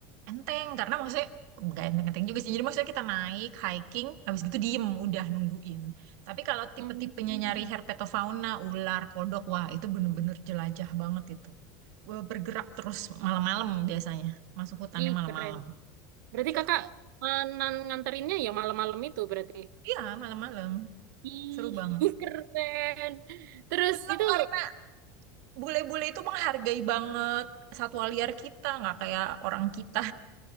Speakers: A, on the right; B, on the right.
A: enteng karena maksudnya nggak enteng-enteng juga sih. Jadi maksudnya kita naik hiking, habis gitu diem udah nungguin. Tapi kalau tipe-tipenya
B: Hmm.
A: nyari herpetofauna, ular, kodok, wah itu bener-bener jelajah banget itu. Eh, Bergerak terus malam-malam biasanya, masuk hutannya
B: Ih,
A: malam-malam.
B: keren. Berarti
A: Seru,
B: kakak eh, nan- nganterinnya ya malam-malam itu berarti.
A: iya malam-malam,
B: Ih,
A: seru banget.
B: <laughs> keren. Terus
A: Seneng
B: itu
A: kan? bule-bule itu menghargai banget satwa liar kita, nggak kayak orang kita,